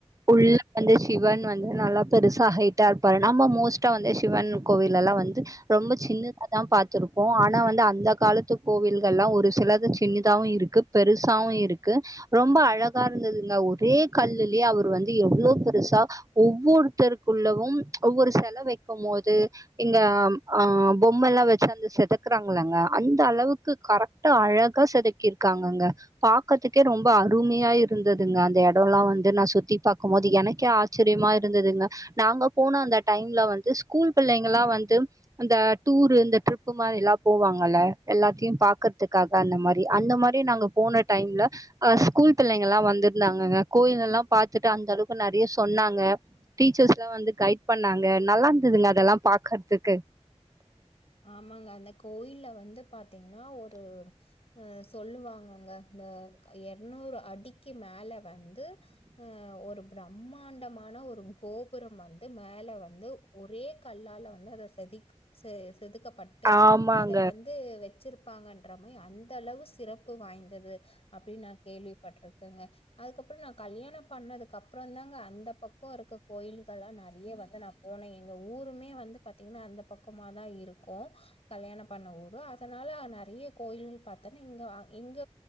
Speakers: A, on the right; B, on the left.
A: உள்ள வந்து சிவன் வந்து நல்லா பெருசா ஹைட்டா இப்ப நாம மோஸ்ட்டா வந்து சிவன் கோவில் எல்லா வந்து ரொம்ப சின்னதாதா பாத் துருப்போ ஆனா வந்து அந்த காலத்து கோவில்கள்லா ஒரு சிலது சின்னதாவு இருக்கு பெருசாவு இருக்கு ரொம்ப அழகாருந்ததுங்க ஒரே கல்லுலெயே அவர் வந்து எவ்ளோ பெருசா ஒவ்வொருத்தருக்குள்ளவும் ஒவ்வொரு செல வைக்கும் போது இங்க ஆ பொம்மல்லா வச்சு அந்த செதுக்குறாங்களங்க அந்த அளவுக்கு கரெக்டா அழகா செதுக்கிருக்காங்கங்க பாக்கறதுக்கே ரொம்ப அருமையா இருந்ததுங்க அந்த எடல்லா வந்து நா சுத்தி பாக்கும்போது எனக்கே ஆச்சரியமா இருந்ததுங்க நாங்க போன அந்த டைம்ல வந்து ஸ்கூல் பிள்ளைங்கல்லா வந்து அந்த டூரு இந்த ட்ரிப்பு மாரி எல்லா போவாங்கல்ல எல்லாத்தையு பாக்கறதுக்காக அந்த மாரி அந்த மாரி நாங்க போன டைம்ல அ ஸ்கூல் பிள்ளைங்கல்லா வந்துருந்தாங்கங்க கோயிலெல்லா பாத் துட்டு அந்த அளவுக்கு நெறைய சொன்னாங்க டீச்சர்ஸ்லா வந்து கைட் பண்ணாங்க நல்லா இருந்ததுங்க அதல்லா பாக்கற்துக்கு
B: ஆமாங்க அந்த கோயில வந்து பாத்தீங்கன்னா ஒரு ஹ சொல்லுவாங்கங்க இத இரநூறு அடிக்கு மேல வந்து அஹ ஒரு பிரம்மாண்டமா ஆனா ஒரு கோபுரம் வந்து மேல வந்து ஒரே கல்லால வந்து இன்ன அத செதுக் செதுக் கப்பட்டு
A: ஆமாங்க
B: அத வந்து வச்சிருப்பாங்கன்ற மாதிரி அந்த அளவு சிறப்பு வாய்ந்தது அப்படின்னு நான் கேள்விப்பட்டிருக்கேங்க அதுக்கப்புறம் நான் கல்யாணம் பண்ணதுக்குப்புறம் அப்புறந்தாங்க அந்த பக்கம் இருக்க கோயில்கள்லாம் நிறைய வந்து நா போன எங்க ஊருமே வந்து பாத்தீங்கன்னா அந்த பக் பக்கமா தான் இருக்கும் கல்யாணம் பண்ண ஊர் அதனால நிறைய கோயில் பார்த்தன்னா இங்க எங்க